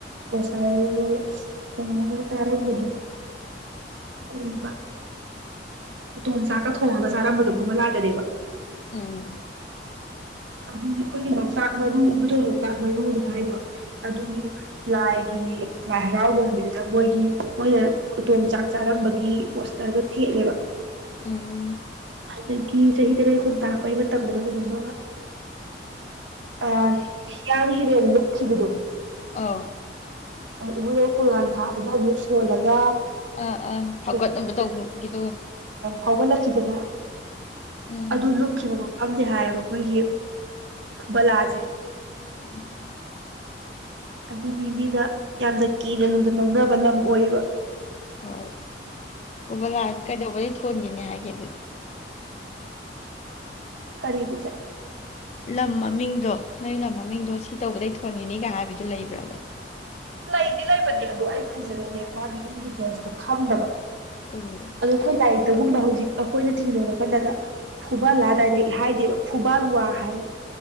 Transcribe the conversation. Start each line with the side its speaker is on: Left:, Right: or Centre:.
Right: ꯒꯣꯁꯥꯏꯍꯣꯏ ꯃꯣꯏ ꯀꯩꯅꯣꯒ ꯆꯥꯔꯝꯕꯗꯨ ꯀꯔꯤꯕ ꯎꯊꯣꯟ ꯆꯥꯛꯀ ꯊꯣꯡꯉꯒ ꯆꯥꯔꯝꯕꯗꯣ ꯋꯣꯂꯗꯅꯦꯕ
Left: ꯎꯝ
Right: ꯑꯗꯨꯒꯤ ꯈꯣꯏꯒꯤꯂꯧ ꯆꯥꯛ ꯃꯔꯨꯝꯕꯥꯗꯣ ꯃꯣꯛꯇꯛ ꯃꯔꯨꯅ ꯍꯥꯏꯗꯣ ꯑꯗꯨꯒꯤ ꯂꯩꯒꯤ ꯂꯥꯏꯍꯔꯥꯎꯕ ꯃꯤꯊꯝ ꯃꯣꯏꯒꯤ ꯃꯣꯏꯅ ꯎꯇꯣꯟ ꯆꯥꯛ ꯆꯥꯔꯝꯕꯒꯤ ꯄꯣꯁꯇꯔꯒ ꯊꯦꯠꯂꯦꯕ
Left: ꯎꯝ
Right: ꯑꯗꯒꯤ ꯆꯍꯤ ꯇꯔꯦ ꯈꯨꯨꯟ ꯇꯥꯛꯄꯩ ꯃꯇꯝꯗꯅ ꯀꯩꯅꯣꯝꯃ ꯑ ꯍꯤꯌꯥꯡ ꯍꯤꯔꯦꯟ ꯂꯨꯞ ꯊꯤꯕꯗꯣ
Left: ꯑꯥ
Right: ꯑ ꯏꯕꯨꯗꯧ ꯈꯣꯡꯅꯥꯡ ꯊꯥ ꯕꯥꯅ ꯑꯃꯨꯛ ꯁꯣꯜꯂꯒ
Left: ꯑꯥ ꯑꯥ ꯐꯧꯒꯠꯅꯕ
Right: ꯀꯩꯅꯣ
Left: ꯇꯧꯒ꯭ꯔꯞ ꯒꯤꯗꯣ
Right: ꯐꯥꯎꯒꯠꯂꯛꯈꯤꯗꯅ
Left: ꯎꯝ
Right: ꯑꯗꯨ ꯂꯨꯞꯈꯤꯕ ꯃ ꯐꯝꯗꯤ ꯍꯥꯏꯌꯦꯕ ꯑꯩꯈꯣꯏꯒꯤ ꯄꯂꯥꯖꯦ
Left: ꯎꯝ
Right: ꯑꯗꯨꯒꯤ ꯃꯤꯅ ꯌꯥꯝꯅ ꯀꯤꯅ ꯂꯨꯅ ꯂꯧꯅꯕ ꯂꯝ ꯑꯣꯏꯌꯦꯕ
Left: ꯍꯣꯏ ꯐꯨꯕꯂꯥ ꯀꯩꯗꯧꯕꯗꯩ ꯊꯣꯟ ꯒꯤꯅꯦ ꯍꯥꯏꯒꯦ ꯗ
Right: ꯀꯔꯤꯒꯤ ꯆꯦ
Left: ꯂꯝ ꯃꯃꯤꯡꯗꯣ ꯅꯣꯏ ꯂꯝ ꯃꯃꯤꯡꯗꯣ ꯁꯤ ꯇꯧꯕꯗꯩ ꯊꯣꯟꯒꯤꯅꯤꯒ ꯍꯥꯏꯕꯗꯨ ꯂꯩꯕ꯭ꯔꯕ
Right: ꯂꯩꯗꯤ ꯂꯩꯕꯅꯦ ꯑꯗꯣ ꯑꯩ ꯈꯟꯕꯗꯅꯦ ꯃꯥꯒꯤ ꯏꯟ ꯗꯤꯇꯦꯜꯁꯇꯣ ꯈꯪꯗꯕ
Left: ꯎꯝ
Right: ꯑꯗꯣ ꯑꯩꯈꯣꯏ ꯂꯥꯏꯛ ꯇꯒꯨꯝꯕ ꯍꯧꯖꯤꯛ ꯑꯩꯈꯣꯏꯅ ꯊꯤꯅꯕ ꯀꯥꯟꯗꯗ ꯐꯨꯕꯥꯂꯥ ꯗꯥꯏꯔꯦꯛ ꯍꯥꯏꯗꯦꯕ ꯐꯨꯕꯥꯜꯋꯥ ꯍꯥꯏꯌꯦꯕ